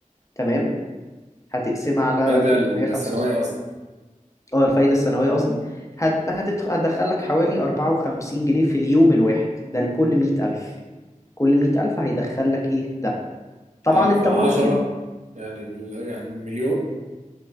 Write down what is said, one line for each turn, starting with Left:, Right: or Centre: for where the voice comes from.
Left: تمام هتقسمها على
Right: هذا
Left: تلتمية خمسة
Right: الثانوية قصدي
Left: اه الفايدة السنوية قصدي هت... هتدخ... هتدخلك حوالي أربعة وخمسين جنيه في اليوم الواحد ده لكل مية ألف كل مية ألف هيدخلك ايه ده طبعا
Right: حلو
Left: انت
Right: فعشرة
Left: ممكن
Right: يعني يعني مليون